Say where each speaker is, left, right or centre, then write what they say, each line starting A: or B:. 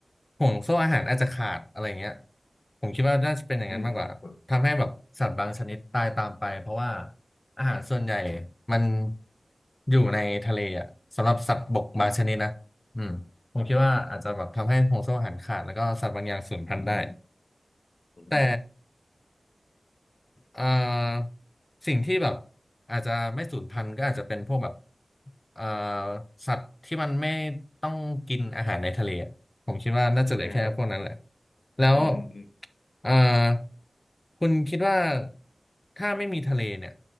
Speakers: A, on the left (about 20°); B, on the left (about 55°).
A: ห่วงโซ่อาหารอาจจะขาดอะไรเงี้ยผมคิดว่าน่าจะเป็นอย่างนั้นมากกว่าทำให้แบบสัตว์บางชนิดตายตามไปเพราะว่า
B: อืมอืม
A: อาหารส่วนใหญ่มันอยู่ในทะเลอ่ะสำหรับสัตว์บกบางชนิดนะอืมผมคิดว่าอาจจะแบบทำให้ห่วงโซ่อาหารขาดแล้วก็สัตว์บางอย่างสูญพันธุ์ได้
B: อืมครับอืม
A: แต่ อ่าสิ่งที่แบบอาจจะไม่สูญพันธุ์ก็อาจจะเป็นพวกแบบอ่าสัตว์ที่มันไม่ต้องกินอาหารในทะเลอะผมคิดว่าน่าจะเหลือแค่พวกนั้นแหละ
B: นะครับ
A: แล้ว
B: อืมอืมอืม
A: อ่าคุณคิดว่าถ้าไม่มีทะเลเนี่ย